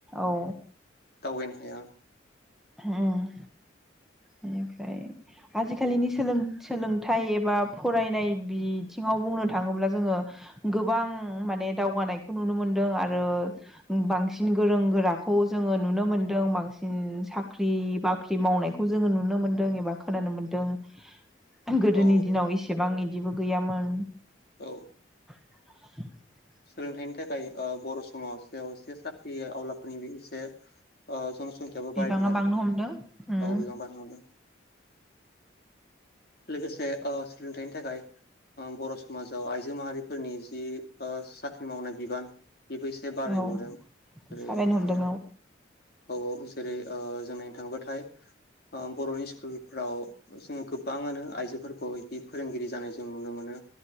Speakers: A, in the centre; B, on the left (about 50°).
A: औ।
B: दावगायनो हाया।
A: होउम बेनिफ्राय आजिखालिनि सोलों-सोलोंथाइ एबा फरायनाय बिथिङाव बुंनो थाङोब्ला जोङो गोबां माने दावगानायखौ नुनो मोनदों आरो बांसिन गोरों गोराखौ ौ जोङो नुनो मोनदों बांसिन सा ख्रि बाख्रि मावनायखौ जोङो नुनो मोन्दों एबा खोनानो मोन्दों ओं गोदोनि
B: औ
A: दिनाव एसेबां इदिबो गैयामोन
B: औ
A: <inaudible>
B: सोलोंथाइनि थाखाय ओ बर' समास बेयावस इसे साख्रि आवलाफोरनि बि इसे ओ जनसंखियाबो
A: बिबाङा
B: बारायदों आरो
A: बांनो
B: औ
A: हमदों उम
B: बियावनो बारहरदों लोगोसे ओ सोलोंथाइनि थाखाय ओ बर' समाजाव आइजो माहारिफोरनि जि ओ साख्रि मावनाय बिबान बेबो एसे बारायनाय
A: औ
B: नुदों ओरै
A: थाबायनो हमदों
B: ओ औ-औ जेरै ओ जों नायनो थांबाथाय ओ बर'नि स्कुलफ्राव जोङो गो बाङानो आइजोफोरखौ बिदि फोरोंगिरि जानाय जों नुनो मोनो